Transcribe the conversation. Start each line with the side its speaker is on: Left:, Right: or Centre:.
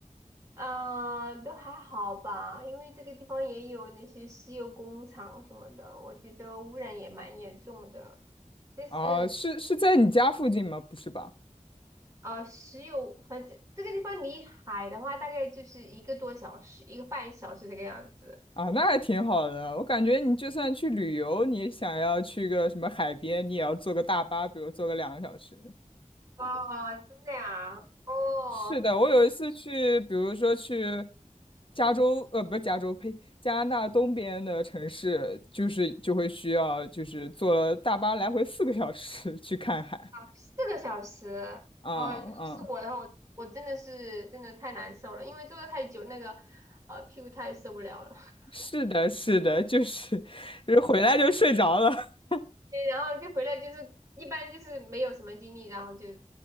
Right: 啊、都还好吧，因为这个地方也有那些石油工厂什么的，我觉得污染也蛮严重的。但是
Left: 啊，是是在你家附近吗？不是吧？
Right: 啊、呃石油，反正这个地方离海的话，大概就是一个多小时，一个半小时这个样子。
Left: 啊，那还挺好的。我感觉你就算去旅游，你想要去个什么海边，你也要坐个大巴，比如坐个两个小时。
Right: 啊，真的呀？哦，
Left: 是的，我有一次去，比如说去加州，呃，不是加州，呸，加拿大东边的城市，就是就会需要，就是坐大巴来回四个小时去看海。
Right: 四个小时哦，
Left: 嗯嗯，
Right: 如果是我的话，我我真的是真的太难受了，因为坐的太久，那个呃屁股太受不了了。<laughs>
Left: 是的，是的，就是 <laughs>，就是回来就睡着了。<laughs>
Right: 对，然后就回来就是一般就是没有什么精力，然后就